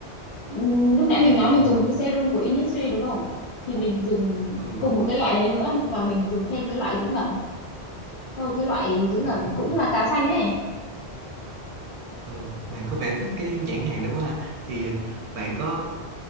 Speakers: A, on the left (about 75°); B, on the right (about 80°).
A: Ừm, lúc nãy
B: ừ
A: mình nói mình dùng cái serum của Innisfree đúng không thì mình dùng
B: ừ
A: cùng một cái loại đấy nữa và mình dùng thêm cái loại dưỡng ẩm sau cái loại dưỡng ẩm
B: ừ
A: cũng là trà xanh ấy
B: Ừ, bạn có vẻ thích cái nhãn hàng đó quá ha. Thì ờ, bạn có